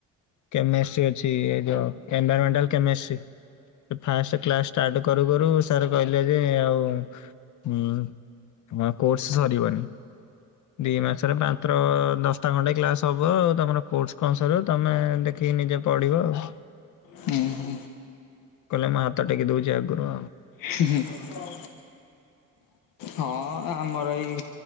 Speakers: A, on the left; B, on the left.
A: କେମିଷ୍ଟ୍ରି ଅଛି ଏ ଯୋଉ environmental chemistry. First class start କରୁ କରୁ ସ ସାର୍ କହିଲେ ଯେ, ଆଉ ଉ କୋର୍ସ ସରିବନି। ଦି ମାସରେ ମାତ୍ର ଦଶଟା ଖଣ୍ଡେ କ୍ଲାସ୍ ହବ। ଆଉ ତୋମର କୋର୍ସ୍ କଣ ସରିବ। ତୋମେ ଦେ କି ନିଜେ ପଢିବ ଆଉ।
B: ହୁଁ, ହୁଁ।
A: କହିଲେ ମୁଁ ହାତ ଟେକି ଦଉଚି ଆଗରୁ।
B: ହୁଁ ହୁଁ। ହଁ ଆମର ଏଇ